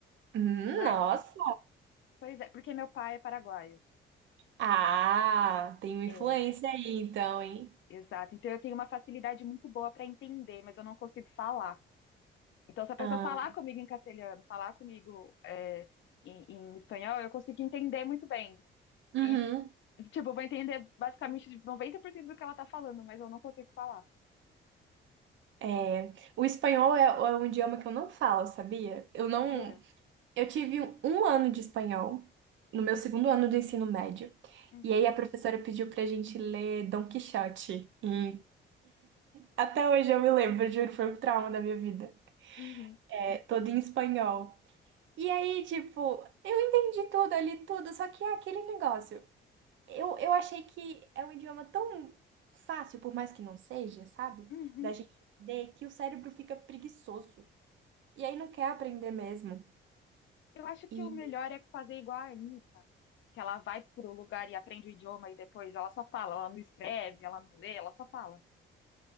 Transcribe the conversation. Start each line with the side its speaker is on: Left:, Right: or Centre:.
Right: Hum,
Left: mas,
Right: nossa!
Left: pois é, porque meu pai é paraguaio.
Right: Ah, tem uma
Left: É,
Right: influência aí então, hein?
Left: exato. Então eu tenho uma facilidade muito boa para entender, mas eu não consigo falar. Então, se a pessoa
Right: Ah,
Left: falar comigo em castelhano, falar comigo é, em, em espanhol, eu consigo entender muito bem.
Right: uhum.
Left: E, tipo, eu vou entender basicamente 90% do que ela tá falando, mas eu não consigo falar.
Right: É, o espanhol é, é um idioma que eu não falo, sabia? Eu não.
Left: Jura?
Right: Eu tive um ano de espanhol no meu segundo ano do ensino médio.
Left: Uhum,
Right: E aí a professora pediu pra gente ler Dom Quixote. E até hoje eu me lembro, juro, foi um trauma da minha vida.
Left: uhum,
Right: É, todo em espanhol. E aí, tipo, eu entendi tudo ali, tudo, só que é aquele negócio. Eu, eu achei que é um idioma tão fácil, por mais que não seja, sabe?
Left: uhum.
Right: Da gente entender que o cérebro fica preguiçoso. E aí não quer aprender mesmo.
Left: Eu acho que
Right: E
Left: o melhor é fazer igual a Anitta, que ela vai pro lugar e aprende o idioma e depois ela só fala, ela não escreve, ela não lê, ela só fala.